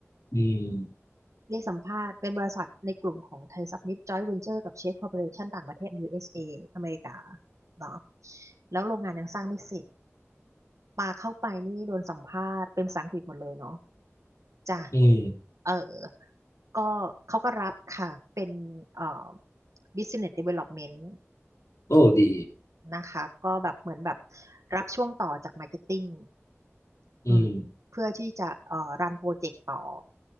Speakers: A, on the left; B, on the right.
A: อืม
B: เรียกสัมภาษณ์เป็นบริษัทในกลุ่มของไทยซับมิตจอยเวนเจอร์กับเชฟคอร์ปอเรชั่นต่างประเทศ USA อสเออเมริกาเนาะแล้วโรงงานยังสร้างไม่เสร็จปาเข้าไปนี่โดนสัมภาษณ์เป็นภาษาอังกฤษหมดเลยเนาะ จ้ะ
A: อืม
B: เออก็เขาก็รับค่ะ เป็นเอ่อ business development
A: โอ้ดี
B: นะคะ ก็แบบเหมือนแบบรับช่วงต่อจาก marketing
A: อืม
B: อืมเพื่อที่จะเอ่อรันโปรเจกต์ต่อ